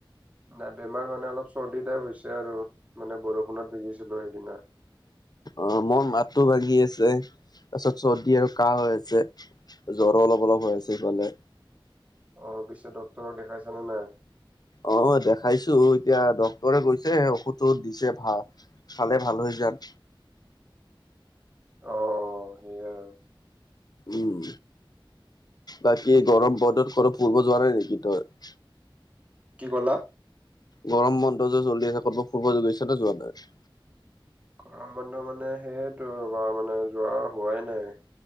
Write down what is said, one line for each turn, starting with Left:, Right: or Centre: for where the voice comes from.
Right: নাই বেমাৰ মানে অলপ চৰ্দি টাইপ হৈছে আৰু মানে বৰষুণত ভিজিছিলো সেইদিনা।
Left: অঁ মোৰ মাতটো ভাগি আছে তাৰ পাছত চৰ্দি আৰু কাঁহ হৈ আছে। জ্বৰো অলপ অলপ হৈ আছে সিফালে।
Right: অ পিছে ডক্তৰক দেখাইছানে নাই?
Left: অঁ দেখাইছো এতিয়া ডক্তৰে কৈছে ঔষধটো দিছে ভাল- খালে ভাল হৈ যাম।
Right: অ। সেইয়াই আৰু
Left: উম বাকী গৰম বতৰত কতো ফুৰিব যোৱা নাই নেকি তই?
Right: কি ক'লা?
Left: গৰম বন্ধ যে চলি আছে ক'তো ফুৰিব গৈছেনে যোৱা নাই?
Right: গৰম বন্ধ মানে সেইটো ৰব মানে যোৱা হোৱাই নাই।